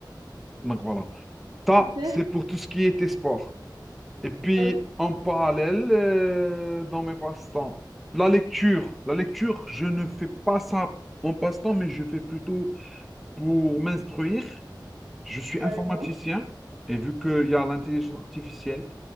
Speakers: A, in the centre; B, on the right.
A: Donc voilà. Ça,
B: super.
A: c'est pour tout ce qui était sport. Et puis,
B: Ok,
A: en parallèle, euh, dans mes passe-temps, la lecture. La lecture, je ne fais pas ça en passe-temps, mais je fais plutôt pour m'instruire. Je suis
B: d'accord.
A: informaticien et vu qu'il y a l'intelligence artificielle,